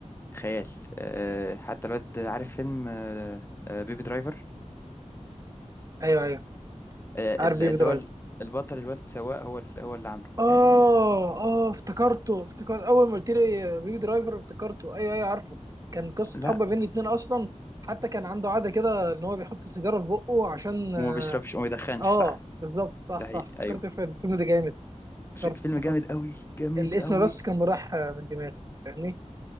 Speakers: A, on the left (about 20°); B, on the right (about 30°).
A: خيال آه، حتى الواد عارف فيلم آه، آه، بيبي درايفر
B: ايوه ايوه
A: آه،
B: عارف
A: ال-
B: بيبي
A: اللي
B: درايفر
A: هو ال- البطل الواد سواق هو ال- هو اللي عامله
B: اه
A: يعني
B: اه افتكرته افتكرت اول ما قلت لي بيبي درايفر افتكرته ايوه ايوه عارفه كان قصه
A: لا
B: حب بين الاتنين اصلا حتى كان عنده عاده كده ان هو بيحط سيجاره في بقه عشان آه،
A: وما بيشربش وما يدخنش
B: اه
A: صح
B: بالظبط صح
A: ده
B: صح
A: حقيقي
B: افتكرت
A: ايوه
B: الفيلم الفيلم ده جامد افتكرت
A: ش- فيلم
B: افتكرت
A: جامد قوي جامد
B: الاسم
A: قوي
B: بس كان راح من دماغي فاهمني